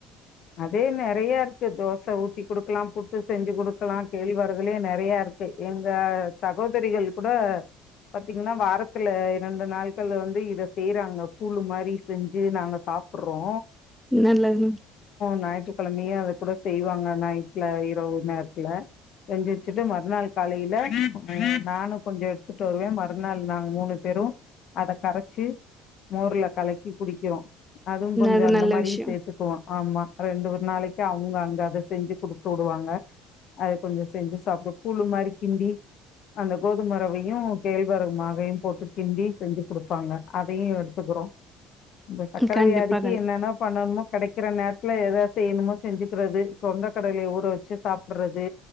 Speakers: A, on the left (about 60°); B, in the centre.
A: அதே நறைய தோசை ஊத்தி குடுக்கலாம் பு ட்டு செஞ்சு கொடுக்கலா கேள்வர்களே நிறைய இருக்கு எங்க சகோதரிகள் கூட பாத்தீங்கன்னா வாரத்துல இரண்டு நாட்கள் வந்து இத செய்யறாங்க கூழு மாரி செஞ்சு நாங்க சாப்பிடுறோ
B: நல்லது
A: ஞாயிற்றுக்கிழமையையு அத கூட செய்வாங்க நைட்டுல இருரவுது நேரத்துல செஞ்சு வச்சுட்டு மறுநாள் காலையில நானு கொஞ்சோ எடுத்துட்டு வருவ மறுநாள் நாங்க மூணு பேரு அத கரைச்சி மோர்ல கலக்கி குடிக்கிறோ அதுவு கொஞ்சோ
B: அது
A: அந்த
B: நல்ல
A: மாரியு
B: விஷயோ
A: சேர்த்துக்குவோ ஆமா ரெண்டு ஒரு நாளைக்கு அவங்க அங்க அத செஞ்சு குடுத்து விடுவாங்க அத கொஞ்சோ செஞ்சு சாப்பிடு கூழு மாதிரி கிண்டி அந்த கோதுமறவையு கேழ்வரகு மாகையு போட்டு கிண்டி செஞ்சு கொடுப்பாங்க அதையு எடுத்துக்கறோ இந்த சக்கர
B: கண்டிப்பா
A: வியாதிக்கு
B: கண்டிப்பா
A: என்னன்ன பண்ணணுமோ கடைக் சில நேரத்துல எதாவ செ ய்யணுமோ செஞ்சுக்கிறது கொண்ட கடயில ஊற வச்சு சாப்பிடுறது